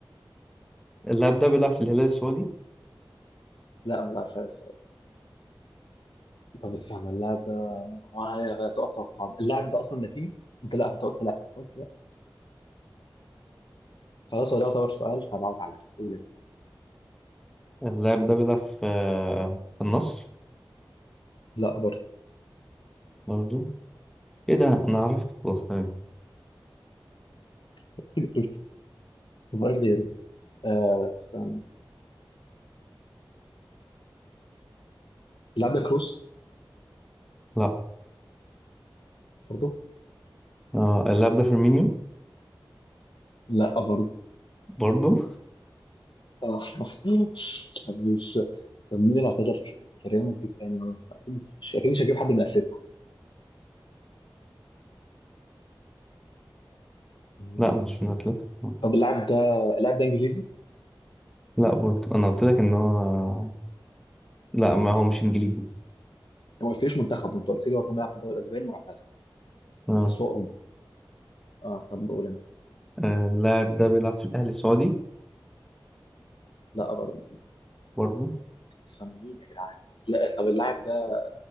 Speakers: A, in the centre; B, on the left.
A: اللاعب ده بيلعب في الهلال السعودي
B: لا ما لعبش على السؤال طب استنى اللاعب ده هو انا هتوقع توقعات اللاعب ده اصلا لاتيني انت لا انت قلت لا أنت قلت لا خلاص هو ده يعتبر سؤال فضغط عليا قول انت
A: اللاعب ده بيلعب في في النصر
B: لا برضه
A: برضه؟ ايه ده انا عرفت خلاص تمام
B: <laughs> مبقاش غيره آه، استنى اللاعب ده كروس
A: لا
B: برضه
A: آه اللاعب ده فيرمينيو
B: لا برضه
A: برضو
B: آه. <laughs> مش طب مين اللي اعتزل في في ريال مدريد تاني ولا اكيد مش اكيد مش هجيب حد من اتلتيكو مم.
A: لا مش من اتلتيكو
B: طب اللاعب ده اللاعب ده انجليزي؟ انت
A: لا برضو انا قلت لك ان هو لا ما هو مش انجليزي
B: ما قلتليش منتخب انت قلت لي هو كان بيلعب في الدوري الاسباني واعتزل
A: اه
B: بس هو اوروبي اه طب قول انت
A: آه، اللاعب ده بيلعب في الاهلي السعودي
B: لا برضه
A: برضو
B: استنى مين يا جدعان؟ لا طب اللاعب ده